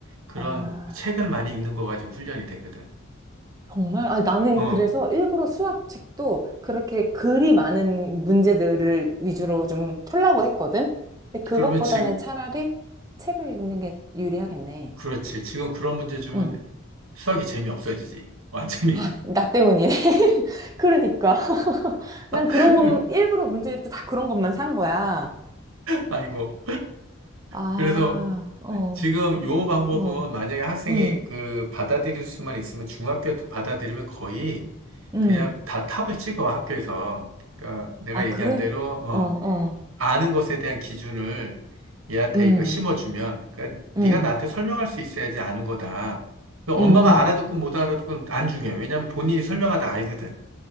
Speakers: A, on the right (about 80°); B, on the right (about 15°).
A: 그런
B: 아.
A: 책을 많이 읽는 거 가지고 훈련이 되거든.
B: 정말? 아, 나는
A: 어,
B: 그래서 일부러 수학책도 그렇게 글이 많은 문제들을 위주로 좀 풀라고 했거든? 근데 그것보다는
A: 그러면 지금,
B: 차라리 책을 읽는 게 유리하겠네.
A: 그렇지. 지금 그런 문제 주면
B: 응.
A: 수학이 재미없어지지. 완전히.
B: 아, 나 때문이네. <laughs> 그러니까. <laughs> 난 그런
A: <laughs>
B: 건, 일부러 문제집도 다 그런 것만 산 거야.
A: 아이고.
B: 아,
A: 그래서
B: 어,
A: 지금 요 방법은
B: 어,
A: 만약에 학생이
B: 음,
A: 그 받아들일 수만 있으면 중학교 받아들이면 거의
B: 음.
A: 그냥 다 탑을 찍어 학교에서. 그러니까 내가
B: 아,
A: 얘기한
B: 그래?
A: 대로 어,
B: 어, 어,
A: 아는 것에 대한 기준을 얘한테
B: 음,
A: 이거 심어주면 그러니까 네가
B: 음,
A: 나한테 설명할 수 있어야지 아는 거다. 그 엄마가
B: 음,
A: 알아듣고
B: 음.
A: 못 알아듣고 안 중요해. 왜냐면 본인이 설명하다 알거든.